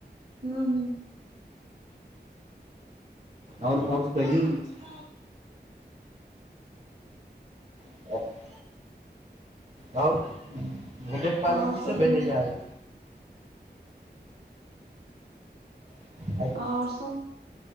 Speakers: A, on the right; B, on the right.
A: हूँ हूँ
B: आओर <unintelligible> ‌ कहियो कुछ <inaudible> आओर भोजन पानी
A: आओर
B: की सब
A: बढ़िआँ
B: भेलैए आइ <inaudible>
A: <unintelligible>